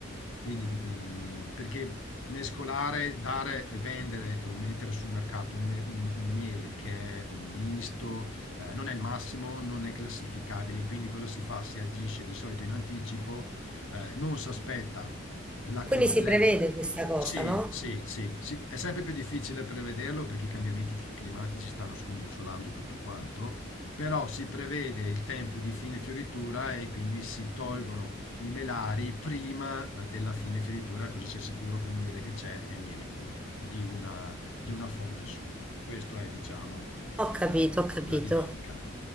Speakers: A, on the left; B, in the centre.
A: Quindi, mh, perché mescolare, dare e vendere o mettere sul mercato un, me- un- un miele che è mh, misto, eh, non è il massimo, non è classificabile. Quindi cosa si fa? Si agisce di solito in anticipo, eh, non si aspetta la
B: Quindi
A: completa.
B: si prevede questa cosa,
A: Sì,
B: no?
A: sì, sì, sì. È sempre più difficile prevederlo perché i cambiamenti ti- climatici stanno scombussolando tutto quanto, però si prevede il tempo di fine fioritura e quindi si tolgono i melari prima eh, della fine fioritura, così si è sicuro che il miele che c'è è miele puro, di una, di una fonte solo. Questa è, diciamo,
B: Ho capito,
A: eh,
B: ho capito.
A: la dinamica.